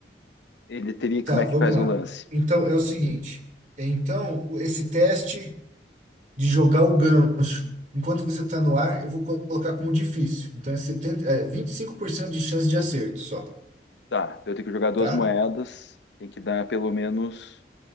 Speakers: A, on the left (about 80°); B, on the right (about 45°).
A: ele teria,
B: tá,
A: como é
B: vamos
A: que faz
B: lá.
A: o lance?
B: Então, é o seguinte: então, esse teste de jogar o gancho, enquanto você está no ar, eu vou colocar como difícil. Então, é 70, é 25% de chance de acerto só,
A: Tá, eu tenho que jogar duas
B: tá?
A: moedas, tem que dar pelo menos.